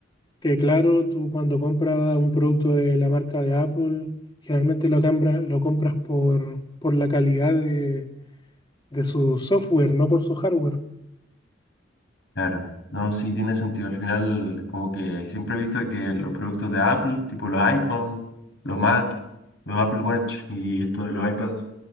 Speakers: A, on the left; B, on the left.
A: que, claro, tú cuando compras un producto de la marca de Apple, generalmente lo, cambra- lo compras por, por la calidad de, de su software, no por su hardware.
B: Claro. No, sí tiene sentido. Al final, como que siempre he visto que los productos de Apple, tipo los iPhone, los Mac, los Apple Watch y esto de los iPads,